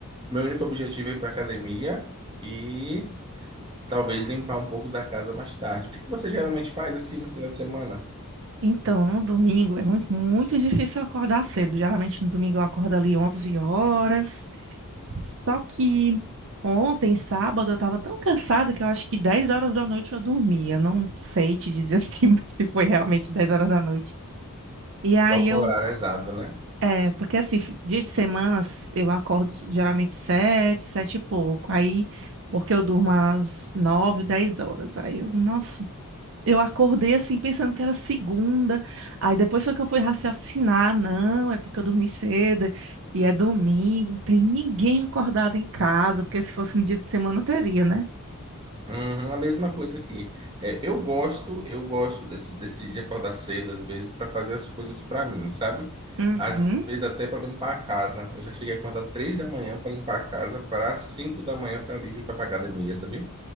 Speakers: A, on the right (about 20°); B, on the right (about 60°).
A: Meu único objetivo é ir para academia e talvez limpar um pouco da casa mais tarde. O que que você geralmente faz assim no final de semana?
B: Então, no domingo é muito, muito difícil eu acordar cedo. Geralmente no domingo eu acordo ali 11 horas. Só que ontem, sábado, eu tava tão cansada que eu acho que 10 horas da noite eu dormia. Não sei te dizer <laughs> assim se foi realmente 10 horas da noite. E aí
A: Qual foi
B: eu.
A: o horário exato, né?
B: É, porque assim, fi- dia de semana s- eu acordo geralmente sete sete e pouco. Aí, porque eu durmo às 9 10 horas. Aí eu, nossa, eu acordei assim, pensando que era segunda. Aí depois foi que eu fui raciocinar. Não, é porque eu dormi cedo e é domingo. Tem ninguém acordado em casa, porque se fosse no dia de semana teria, né?
A: Uhum, a mesma coisa aqui. É, eu gosto, eu gosto desse, desse de acordar cedo, às vezes, para fazer as coisas para mim, sabe?
B: Uhum.
A: Às vezes até para limpar a casa. Eu já cheguei a acordar três da manhã para limpar a casa, para cinco da manhã estar livre para pra academia, sabia?